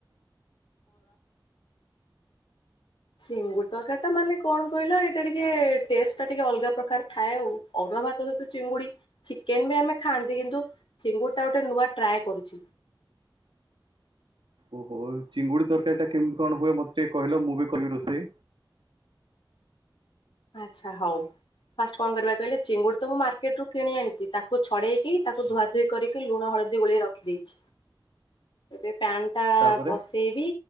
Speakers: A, on the left; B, on the right.
A: ସିଙ୍ଗୁଡ ତରକାର ଟ ମାନେ କଣ କହିଲ ଏଇଟା ଟିକେ ଟେଷ୍ଟ ଟା ଟିକେ ଅଲଗା ପ୍ରକାର ଥାଏ ଆଉ। ଅରୁଆ ଭାତ ସହିତ ଚିଙ୍ଗୁଡି ଚିକେନ ବି ଆମେ ଖାଆନ୍ତି କିନ୍ତୁ ଚିଙ୍ଗୁଡି ଟା ଗୋଟେ ନୂଆ ଟ୍ରାଏ କରୁଛି।
B: ଓହୋ ଚିଙ୍ଗୁଡି ତରକାରୀ ଟା କେମିତି କଣ ହୁଏ ମତେ ଟିକେ କହିଲ ମୁଁ ବି କହିବି ରୋଷେଇ
A: ଆଛା ହଉ ଫାଷ୍ଟ କଣ କରିବାକୁ କହିଲେ ଚିଙ୍ଗୁଡ ତ ମୁଁ ମାର୍କେଟ କିଣି ଆଣିଛି ତାକୁ ଛଡେଇକି ଧୁଆ ଧୁୋଇ କରିକି ଲୁଣ ହଳଦୀ ଗୋଳେଇ ରଖିଦେଇଛି ଏ ପ୍ୟାଣ୍ ଟା
B: ତାପରେ
A: ବସେଇବି